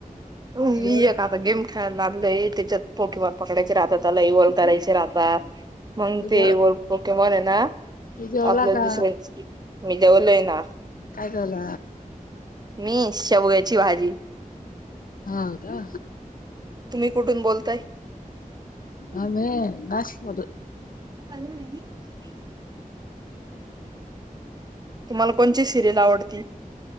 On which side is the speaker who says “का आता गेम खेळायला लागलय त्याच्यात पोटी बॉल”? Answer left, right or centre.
Right